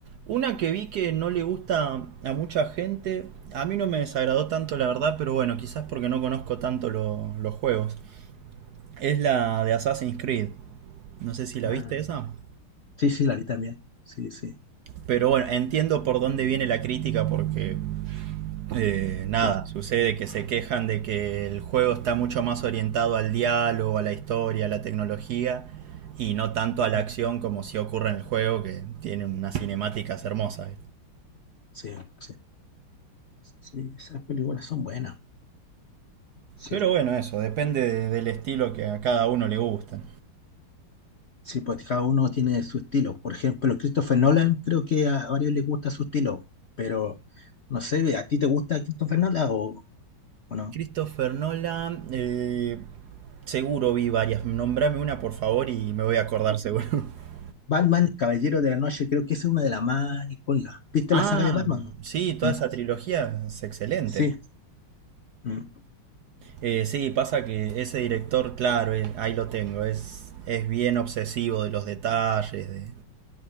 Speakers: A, on the right; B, on the left.
A: una que vi que no le gusta a mucha gente, a mí no me desagradó tanto la verdad, pero bueno, quizás porque no conozco tanto lo- los juegos. Es la de Assassin's Creed. No sé si la
B: Ah,
A: viste esa.
B: Sí, sí, la vi también. Sí, sí,
A: Pero bueno, entiendo por dónde viene la crítica porque eh, nada,
B: sí.
A: sucede que se quejan de que el juego está mucho más orientado al diálogo, a la historia, a la tecnología y no tanto a la
B: No,
A: acción como si ocurre en el juego que tiene unas cinemáticas hermosas.
B: Sí, sí. Sí, esas películas son buenas. Sí.
A: Pero bueno, eso, depende de- del estilo que a cada uno le gusta.
B: Sí, pues cada uno tiene su estilo. Por ejemplo, Christopher Nolan, creo que a varios les gusta su estilo, pero no sé, ¿a ti te gusta Christopher Nolan o, o no?
A: Christopher Nolan, eh, seguro vi varias. Nombrame una por favor y me voy a acordar seguro. <laughs>
B: Batman, Caballero de la Noche, creo que esa es una de las más icónicas. ¿Viste
A: Ah,
B: la saga de Batman, no?
A: sí, toda
B: ¿Ah?
A: esa trilogía es excelente.
B: Sí, mm,
A: Eh, sí, pasa que ese director, claro, eh, ahí lo tengo, es, es bien obsesivo de los detalles. De,